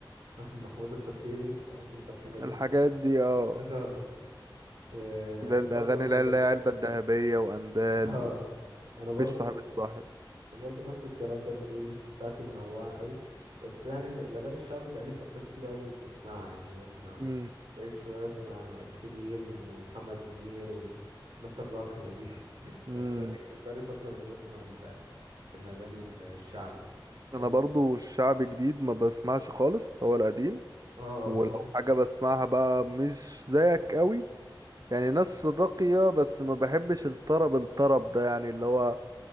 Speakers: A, on the right; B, on the right.
A: <laughs> محمود الحسيني عارف انت الحاجات
B: الحاجات
A: دي
B: دي اه
A: اه <laughs> آه،
B: اللي
A: انا
B: هي الاغاني
A: برضو كده
B: اللي هي اللي هي علبه الذهبيه واندال
A: اه
B: ومفيش
A: انا برضو
B: صاحب صاحب
A: انا برضه نفس الكلام ده البلاي ليست بتاعتي منوعه قوي بس يعني م- الاغاني الشعبي بقالي فتره كبيره قوي مش بسمعها يعني بسمع
B: امم
A: بقيت شويه اسمع شيرين ومحمد منير والناس الراقيه دي <laughs>
B: امم
A: بط- بقالي كتير- بقالي فتره مش بسمع ال- الاغاني ال- الشعبي
B: انا
A: طب
B: برضو
A: إنت-
B: الشعب جديد ما بسمعش خالص هو القديم
A: اه
B: ولو
A: هو
B: حاجه بسمعها بقى مش زيك قوي يعني ناس راقيه بس ما بحبش الطرب الطرب ده يعني اللي هو